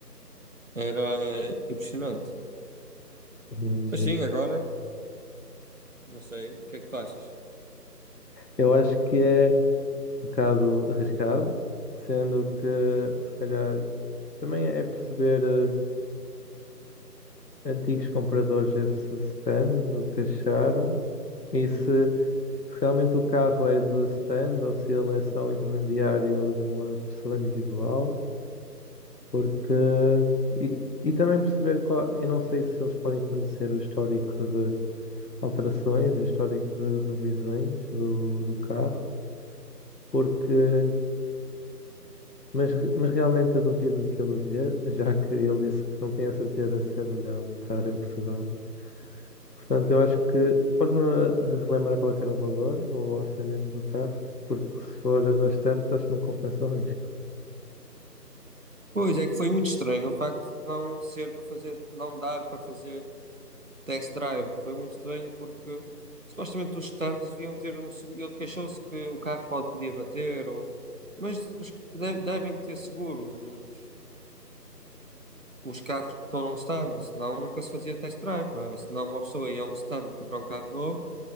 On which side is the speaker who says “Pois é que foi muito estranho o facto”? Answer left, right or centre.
Right